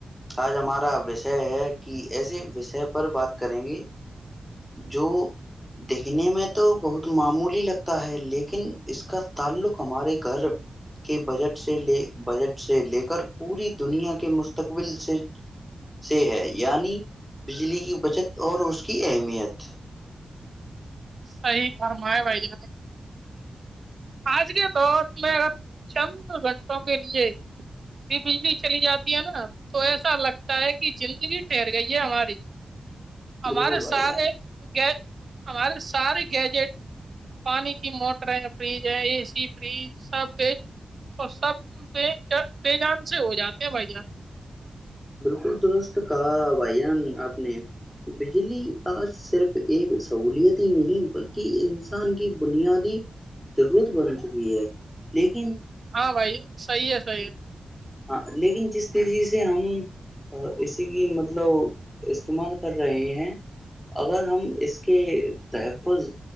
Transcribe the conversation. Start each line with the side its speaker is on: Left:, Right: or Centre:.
Centre: آج ہمارا وشے ہے کہ ایسے وشے پر بات کریں گے جو دیکھنے میں تو بہت معمولی لگتا ہے لیکن اس کا تعلق ہمارے گھر کے بجٹ سے لے بجٹ سے لے کر پوری دنیا کے مستقبل سے سے ہے یعنی بجلی کی بچت اور اس کی اہمیت <inaudible>
Right: صحی فرم ہے بھائی جان آج کے دور میں اگر چند گھنٹوں کے لیے بھی بجلی چلی جاتی ہے نا تو ایسا لگتا ہے کہ زندگی ٹھہر گئی ہے ہماری ہمارے
Centre: بالکل بھائی
Right: سارے
Centre: جان
Right: گ ہمارے سارے گیجٹ پانی کی موٹریں فریج ہے اے سی فریج سب ف اور سب بےجام سے ہو جاتا کیا بائی جا
Centre: کو درست کہا بھائی جان آپ نے بجلی آج صرف ایک سہولیت ہی نہیں بلکہ انسان کی بنیادی ضرورت بن چکی ہے لن
Right: ہاں بھائی صحیح ہے صحی ہے
Centre: ہاں لیکن جس تیزی سے ہم اسی کی مطلب استعمال کر رہے ہیں اگر ہم اس کے تحفظ